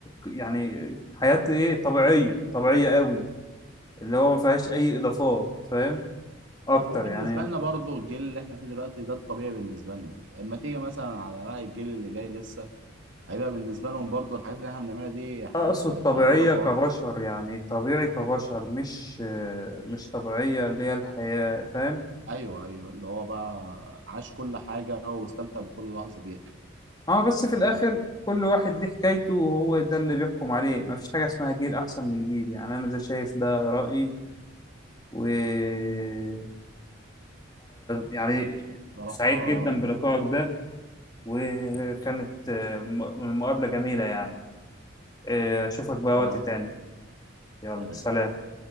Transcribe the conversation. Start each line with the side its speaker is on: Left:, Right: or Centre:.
Left: يعني حياة ايه طبيعية طبيعية قوي اللي هو ما فيهاش اي اضافات فاهم اكتر
Right: هو بالنسبة
Left: يعني
Right: لنا برضو الجيل اللي احنا فيه دلوقتي ده الطبيعي بالنسبة لنا اما تيجي مثلا على بقى الجيل اللي جاي لسه هيبقى بالنسبة لهم برضو الحاجات اللي احنا بنعملها دي حاجات
Left: اقصد طبيعية
Right: تعبانة خالص
Left: كبشر يعني طبيعي كبشر مش آه، مش طبيعية اللي هي الحياة فاهم
Right: ايوه ايوه اللي هو بقى عاش كل حاجة واستمتع بكل لحظة بيها
Left: اه بس في الاخر كل واحد ليه حكايته وهو ده اللي بيحكم عليه مفيش حاجة اسمها جيل احسن من جيل يعني انا ده شايف ده رأيي وانا
Right: طب،
Left: يعني
Right: بصراحة
Left: سعيد جدا بلقائك ده وكانت آه، م- مقابلة جميلة يعني آه، اشوفك بقى وقت
Right: انا
Left: تاني
Right: اكتر
Left: يلا
Right: سلام
Left: سلام